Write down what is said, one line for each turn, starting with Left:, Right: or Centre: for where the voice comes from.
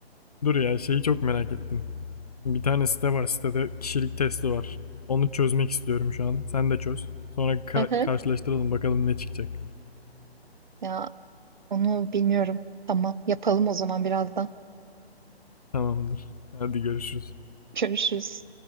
Left: Dur ya şeyi çok merak ettim. Bir tane site var. Sitede kişilik testi var. Onu çözmek istiyorum şu an. Sen de çöz. Sonra ka-
Right: Hı hı.
Left: karşılaştıralım bakalım ne çıkacak.
Right: Ya onu bilmiyorum. Tamam yapalım o zaman birazdan.
Left: Tamamdır. Hadi görüşürüz.
Right: Görüşürüz.